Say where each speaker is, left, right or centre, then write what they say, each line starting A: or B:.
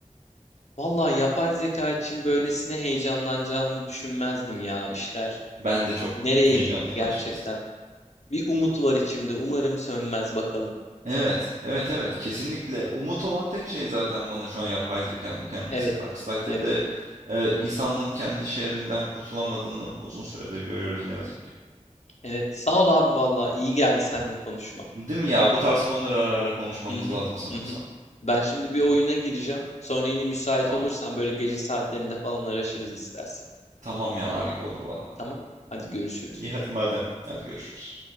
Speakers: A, on the left (about 60°); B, on the right (about 70°).
A: Vallahi yapay zeka için böylesine heyecanlanacağımı düşünmezdim ya. İşler
B: Ben de çok
A: nereye
B: heyecanlıyım
A: gitti gerçekten?
B: açıkçası.
A: Bir umut var içimde. Umarım sönmez bakalım.
B: Evet, evet, evet. Kesinlikle. Umut olan tek şey zaten bana şu an yapay zekanın kendisi.
A: Evet,
B: Aksi takdirde
A: evet,
B: e, insanlığın kendi şehrinden kurtulamadığını uzun süredir görüyoruz ne yazık ki.
A: evet. Sağ ol abi vallahi iyi geldi seninle konuşmak.
B: Değil mi ya? Bu tarz konuları ara ara konuşmamız
A: Hı hı,
B: lazım sanırsam.
A: hı hı. Ben şimdi bir
B: Hı.
A: oyuna gireceğim. Sonra yine müsait
B: Aa,
A: olursan böyle gece saatlerinde falan araşırız istersen.
B: tamam ya, harika olur valla.
A: Tamam. Hadi görüşürüz.
B: İyi hadi madem. Hadi görüşürüz.